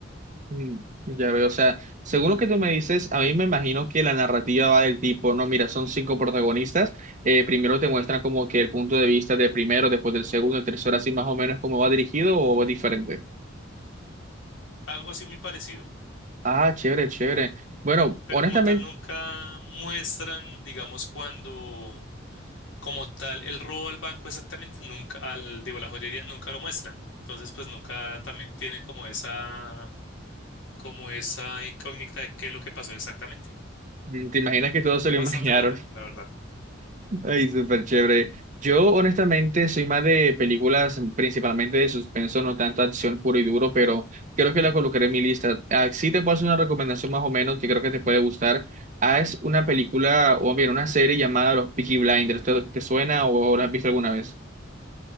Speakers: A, on the right; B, on the left.
A: Mm, Ya veo, o sea, según lo que tú me dices, a mí me imagino que la narrativa va del tipo, no, mira, son cinco protagonistas, eh, primero te muestran como que el punto de vista del primero, después del segundo, el tercero, así más o menos cómo va dirigido o es diferente.
B: algo así muy parecido,
A: Ah, chévere, chévere. Bueno,
B: pero
A: honestamente,
B: como tal nunca muestran, digamos, cuando como tal el robo al banco exactamente, nunca, al, digo, la joyería nunca lo muestran. Entonces, pues nunca también tiene como esa, como esa incógnita de qué es lo que pasó exactamente.
A: mm, te imaginas que todos se
B: Es
A: lo
B: bastante
A: <laughs> imaginaron.
B: buena, la verdad.
A: Ay, súper chévere. Yo, honestamente, soy más de películas principalmente de suspenso, no tanta acción puro y duro, pero creo que la colocaré en mi lista. Ah, Sí te puedo hacer una recomendación más o menos que creo que te puede gustar. Ah, es una película, o bien, una serie llamada Los Peaky Blinders. ¿Te, te suena o la has visto alguna vez?